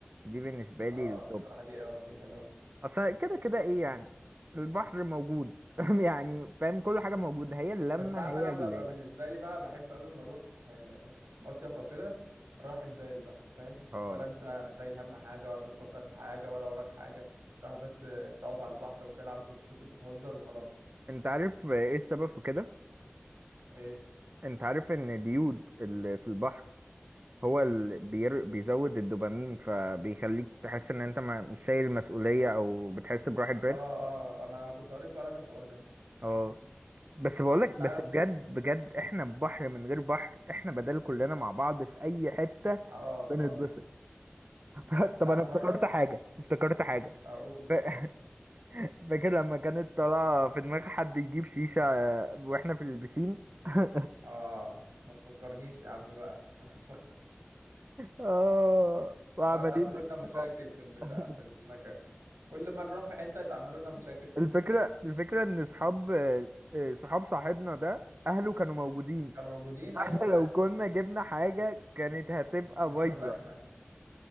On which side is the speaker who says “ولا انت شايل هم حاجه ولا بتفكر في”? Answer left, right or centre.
Right